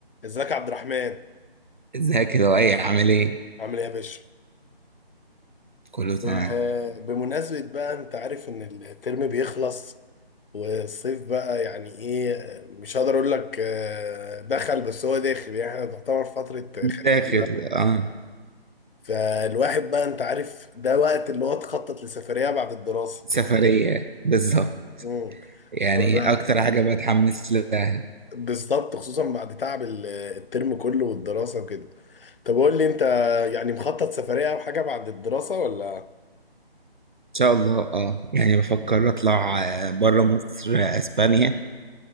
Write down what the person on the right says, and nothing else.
ازيك يا لؤي عامل ايه؟
كله تمام
داخل
اه
سفرية بالظبط
يعني
أكتر حاجة بتحمس لها إن
شاء الله اه يعني بفكر أطلع بره مصر آه، أسبانيا